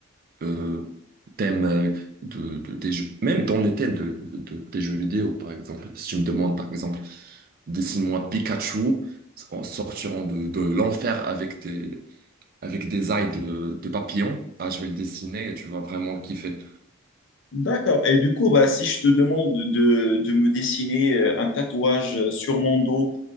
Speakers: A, on the right; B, on the left.
A: euh, thème euh, de, de- des jeux. Même dans les thèmes de, de- des jeux vidéo, par exemple. Si tu me demandes, par exemple, dessine-moi Pikachu en sortirant de, de l'enfer avec des, avec des ailes de, de papillon, ah, je vais le dessiner et tu vas vraiment le kiffer.
B: D'accord. Et du coup, bah, si je te demande de, de me dessiner euh, un tatouage sur mon dos,